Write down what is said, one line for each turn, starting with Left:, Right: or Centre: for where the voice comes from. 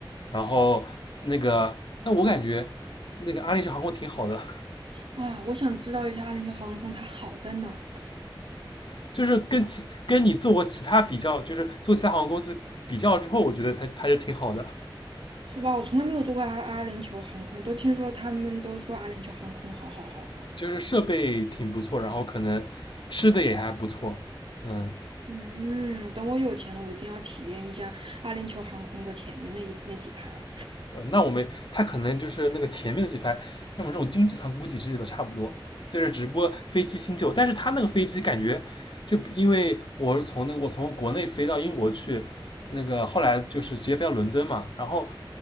Left: 然后那个，那我感觉那个阿联酋航空挺好的，
Right: 哇，我想知道一下阿联酋航空它好在哪儿，
Left: <laughs> 就是跟其跟你做过其他比较，就是做其他航空公司比较之后，我觉得它它就挺好的。
Right: 是吧？我从来没有坐过阿阿联酋航空，都听说他们都说阿联酋航空好好好好。
Left: 就是设备挺不错，然后可能吃的也还不错，嗯，
Right: 嗯，等我有钱了，我一定要体验一下阿联酋航空的前面那一那几排。
Left: 呃，那我们他可能就是那个前面的几排，像我们这种经济舱估计是的差不多，就是直播飞机新旧，但是他那个飞机感觉就因为我是从那个我从国内飞到英国去，那个后来就是直接飞到伦敦嘛，然后